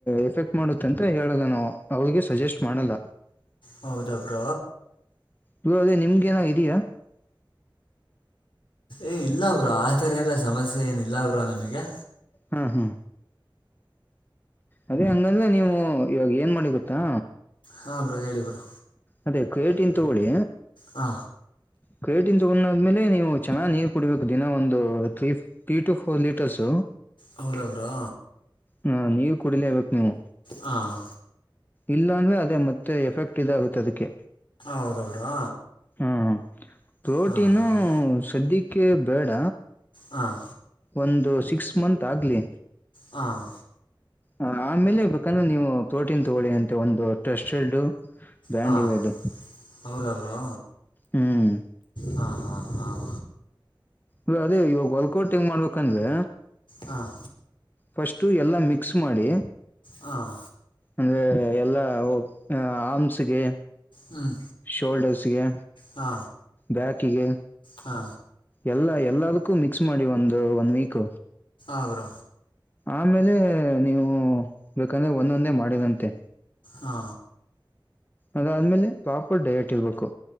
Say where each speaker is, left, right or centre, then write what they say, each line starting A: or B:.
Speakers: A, on the left (about 25°); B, on the left (about 80°).
A: ಎಫೆಕ್ಟ್ ಮಾಡುತ್ತ ಅಂತ ಹೇಳಲ್ಲ ನಾವು ಅವ್ರಿಗೆ ಸಜೆಸ್ಟ್ ಮಾಡಲ್ಲ
B: ಹೌದ ಬ್ರ
A: ನೀ ಅದೇ ನಿಮ್ಗೆೇನ ಇದಯಾ
B: ಏ ಇಲ್ಲ ಅವರು ಆಥರ ಎಲ್ಲ ಸಮಸ್ಯೆ ಏನಿಲ್ಲ ಅವರು ನಮಗೆ
A: ಹಾ ಹಾ ಅದೇ ಹಂಗಂದ್ರ ನೀವು ಇವಾಗ ಏನ್ ಮಾಡಿ ಗೊತ್ತಾ
B: ಹಾ ಬ್ರೋ ಹೇಳಿ ಬ್ರೋ
A: ಅದೇ ಕೇಟಿನ್ ತಗೋಳಿ
B: ಹಾ
A: ಕ್ರೇಟನ್ ತಗೊಂಡದ್ಮೇಲೆ ನೀವು ಚೆನ್ನ್ ನೀರ್ ಕುಡ್ಬೇಕು ದಿನ ಒಂದು three three two four litres
B: ಹೌದ ಅವ್ರಾ
A: ಹಾ ನೀರ್ ಕುಡಿಲೇಬೇಕು ನೀವು
B: ಹಾಂ
A: ಇಲ್ಲ ಅಂದ್ರೆ ಅದೇ ಮತ್ತೆ ಎಫೆಕ್ಟ್ ಇದಾಗುತ್ತೆ ಅದಕ್ಕೆ
B: ಹೌದಾ ಬ್ರೋ
A: ಹ್ಮ ಪ್ರೋಟೀನು
B: ಹಾಂ ಹಾಂ
A: ಸದ್ಯಕ್ಕೆ ಬೇಡ
B: ಹಾಂ
A: ಒಂದು ಸಿಕ್ಸ್ ಮಂತ್ ಆಗಲಿ
B: ಹಾಂ
A: ಹ ಆಮೇಲೆ ಬೇಕಂದ್ರೆ ನೀವು ಪ್ರೋಟೀನ್ ತಗೊಳ್ಳಿ ಅಂತೆ ಒಂದು ಟೆಸ್ಟ್ ಬ್ಯಾಂಡ
B: ಹಾಂ
A: ಇರದು
B: ಹೌದಾ ಬ್ರೋ
A: ಹ್ಮ್
B: ಹಾಂ ಹಾಂ ಹಾಂ
A: ಇ ಅದೇ ಇವಾಗ ವಲ್ಕೌಟ್ ಹೆಂಗ್ ಮಾಡ್ಬೇಕಂದ್ರೆ
B: ಹಾಂ
A: ಫಸ್ಟು ಎಲ್ಲ ಮಿಕ್ಸ್ ಮಾಡಿ
B: ಹಾಂ
A: ಅಂದ್ರೆ ಎಲ್ಲಾ ಆಮ್ಸ್ಗೆ
B: ಹ್ಮ್
A: ಕೋಲ್ಡರ್ಸ್ ಸಿಗೆ
B: ಹಾ
A: ಬ್ಯಾಕಿಗೆ
B: ಹಾ
A: ಎಲ್ಲಾ ಎಲ್ಲದಕ್ಕೂ ಮಿಕ್ಸ್ ಮಾಡಿ ಒಂದು ಒನ್ ವೀಕ್
B: ಆಗ್ರ
A: ಆಮೇಲೆ ನೀವು ಬೇಕಂದ್ರೆ ಒಂದೊಂದೇ ಮಾಡರಂತೆ
B: ಹಾ
A: ಅದಾದ್ಮೇಲೆ ಪಾಪಡ್ ಡೈಟ್ ಇರ್ಬೇಕು